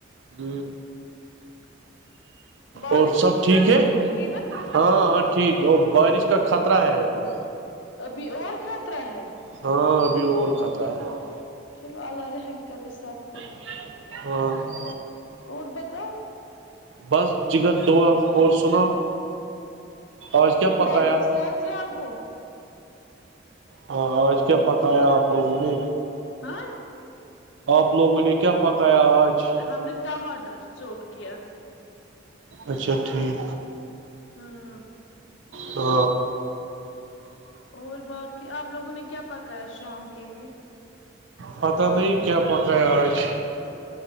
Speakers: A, on the right; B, on the left.
A: ہ
B: بارش
A: اور سب ٹھیک ہے
B: رکی نا
A: ہاں ہاں ٹھیک ہے وہ بارش کا خطرہ ہے ابھی
B: ابھی اور خطرہ ہے
A: ہاں ابھی اور کھطا ہے <unintelligible>
B: چلو اللہ رحم کر اس صدق کو <unintelligible>
A: ہ <inaudible>
B: اور بتا
A: بس جگرگر دعا اور سنا آج کیا پکایا
B: باقی صحت یاب ہو
A: ہاں آوج کیا پکایا آپ لوگوں نے
B: ہاں
A: آپ لوگوں نے کیا پکایا آج
B: ہم نے ٹماٹر چوٹ کیا <inaudible>
A: اچھا ٹھیک
B: ہاں
A: تو
B: اور باقی آپ لوگوں نے کیا پکایا شام کے لیے
A: پتہ نہیں کیا پکایا آج